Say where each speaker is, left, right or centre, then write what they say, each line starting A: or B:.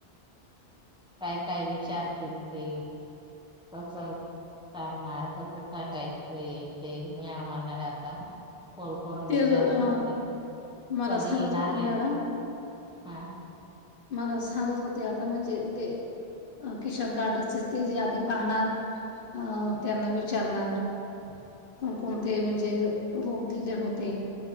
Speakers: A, in the centre; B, on the left (about 60°).
A: काय काय विचारतील ते कस सांगणार कस सांगायचोय ते म्हणणार आता कॉल करून
B: ते
A: विचारून
B: अ
A: घेते मी
B: मला
A: कधी
B: सांगत
A: येणार
B: होते
A: आहे
B: मॅडम
A: हा
B: मला सांगत होते आता म्हणजे ते अ किशन गार्डनचे ते यादी पाहणार अ त्यांना विचारणार कोणकोणते म्हणजे रोप दिले होते